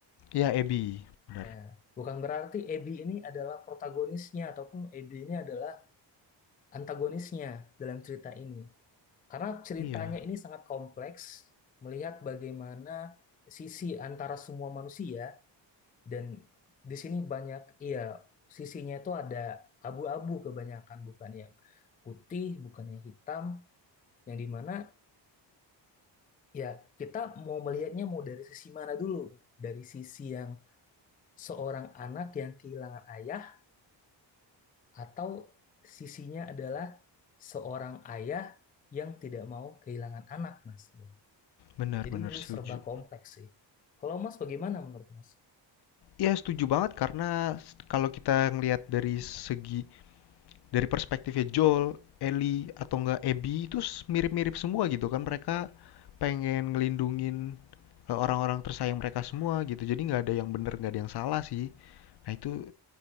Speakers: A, on the left; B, on the left.
A: Iya, Abby. Benar.
B: Ya, bukan berarti Abby ini adalah protagonisnya ataupun Abby ini adalah antagonisnya dalam cerita ini. Karena ceritanya
A: Iya,
B: ini sangat kompleks melihat bagaimana sisi antara semua manusia dan di sini banyak iya sisinya itu ada abu-abu kebanyakan bukan yang putih, bukan yang hitam, yang dimana ya kita mau melihatnya mau dari sisi mana dulu? Dari sisi yang seorang anak yang kehilangan ayah atau sisinya adalah seorang ayah yang tidak mau kehilangan anak, Mas. Gitu.
A: benar-benar
B: Jadi ini
A: setuju.
B: serba kompleks sih. Kalau Mas bagaimana menurut Mas?
A: Iya, setuju banget karena s- kalau kita ngelihat dari segi dari perspektifnya Joel, Ellie atau enggak Abby itu mirip-mirip semua gitu kan mereka pengen ngelindungin eh, orang-orang tersayang mereka semua gitu jadi nggak ada yang bener nggak ada yang salah sih nah itu